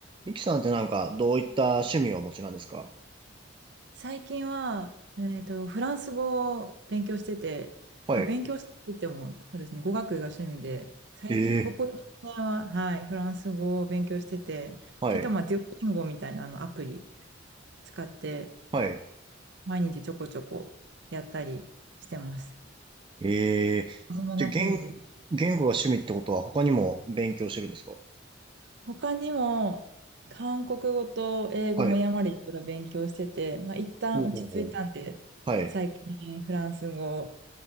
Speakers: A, on the right; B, on the right.
A: ミキさんってなんか、どういった趣味をお持ちなんですか
B: 最近は、えっと、フランス語を勉強してて、
A: はい。
B: あ、勉強しててっても、そうですね、語学が趣味で、最近、
A: ええ、
B: ここ数年は、はい、フランス語を勉強してて、
A: はい、
B: ちょっとまあ、デュオリンゴみたいなあのアプリ使って、
A: はい。
B: 毎日ちょこちょこやったりしてます。
A: ええ、
B: そんな趣味です。
A: じゃ、言、言語が趣味ってことは他にも勉強してるんですか
B: 他にも、韓国語と英語もやまりいろいろ勉強してて、
A: はい。
B: まあ、一旦落ち着いたんで、
A: ほうほうほう。はい。
B: 最近フランス語を